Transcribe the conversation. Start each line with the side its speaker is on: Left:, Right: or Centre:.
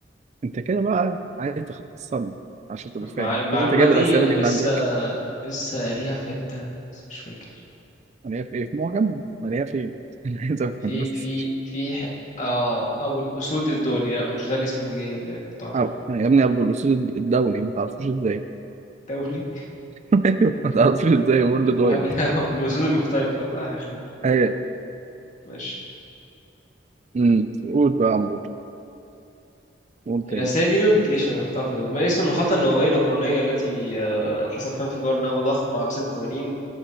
Right: انت كده بقى عايز تخصصني عشان تبقى
Left: المع...
Right: فاهم
Left: المعلومة
Right: كده انت جايب
Left: دي
Right: الاسئله
Left: انا
Right: دي
Left: لسه
Right: من عندك
Left: لسه قاريها في حتة بس مش فاكر
Right: مليها في ايه في معجم مليها فين <laughs> عايز افهم
Left: في
Right: بس
Left: في في ح... آه ابو الاسود الدولي لا مش ده الاسم اللي جاي اللي كنت اعرفه
Right: أب... يا ابني ابو الاصول الدولي ما تعرفوش ازاي
Left: دولي
Right: <laughs> أيوة، ما تعرفوش ازاي يقول له
Left: محل
Right: دايت
Left: <laughs> ابو الاسود المحترف الله يخرب
Right: هي
Left: ماشي
Right: امم قول بقى يا عمور قول تاني
Left: الرسائل دي ليه ما بتجيليش انا كنت عارف اجاوب ما اسم المحطة النووية الأوكرانية التي آه، حصل فيها انفجار نووي ضخم عام 86